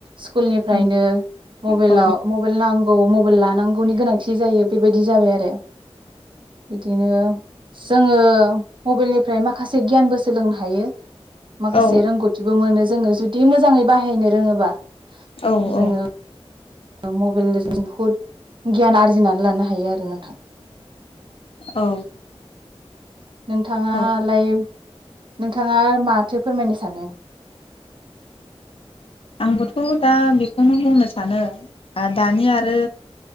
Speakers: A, on the right; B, on the left.
A: स्कुल निफ्रायनो
B: औ
A: मबेलाव
B: औ
A: मबेल नां औ औ लानांगौनि गोनांथि जायो बेबायदि जाबाय आरो जोङो मबेलनि ओमफ्राय माखासे गियानबो सोलोंनो हायो। माखासे
B: औ
A: रोंगौथिबो मोनो जोंङो जुदि मोजाङै बाहायनो रोङोबा
B: औ
A: जोङो
B: औ
A: मबाइलजों बुहुद गियान आरजिनानै लानो हायो आरो नोंथां
B: औ
A: नोंथाङालाय
B: औ
A: नोंथाङा माथो फोरमायनो सानो
B: आंबोथ' दा बेखौनो बुंनो सानो दानि आरो